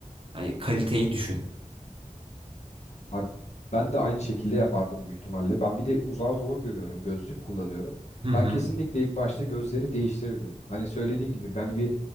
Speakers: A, on the right; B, on the left.
A: Hani kaliteyi düşün.
B: Abi ben de aynı şekilde yapardım büyük ihtimalle. Ben bir de uzağı zor görüyorum. Gözlük kullanıyorum.
A: Hı hı.
B: Ben kesinlikle ilk başta gözleri değiştirirdim. Hani söylediğin gibi ben bir